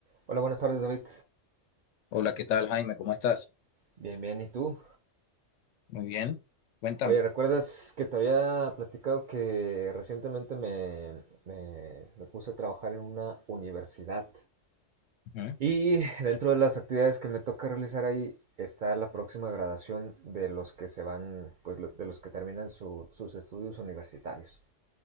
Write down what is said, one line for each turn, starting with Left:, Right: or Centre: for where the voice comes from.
Right: Hola, buenas tardes, David.
Left: Hola, ¿qué tal, Jaime? ¿Cómo estás?
Right: Bien, bien, ¿y tú?
Left: Muy bien, cuéntame.
Right: Oye, ¿recuerdas que te había platicado que recientemente me, me- me puse a trabajar en una universidad?
Left: Ujú,
Right: Y dentro de las actividades que me toca realizar ahí está la próxima graduación de los que se van, pues lo- de los que terminan su- sus estudios universitarios.